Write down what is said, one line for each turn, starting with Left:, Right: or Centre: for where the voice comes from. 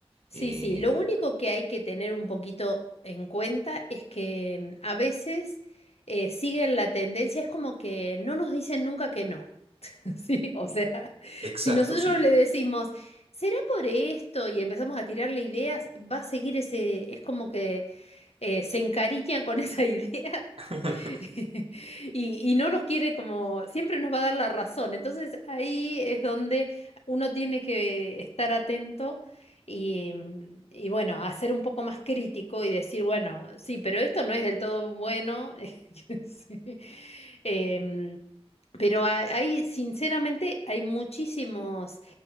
Left: Sí,
Right: Eh,
Left: sí, lo único que hay que tener un poquito en cuenta es que mm, a veces eh, siguen la tendencia, es como que no nos dicen nunca que no, <laughs> ¿sí? O sea,
Right: exacto,
Left: si nosotros
Right: sí.
Left: le decimos, será por esto y empezamos a tirarle ideas, va a seguir ese, es como que eh, se encariñan con esa idea
Right: <laughs>
Left: <laughs> y, y no nos quiere como, siempre nos va a dar la razón. Entonces ahí es donde uno tiene que estar atento y, y bueno, hacer un poco más crítico y decir, bueno, sí, pero esto no es del todo bueno. <laughs> Sí. Em, pero a- hay, sinceramente, hay muchísimos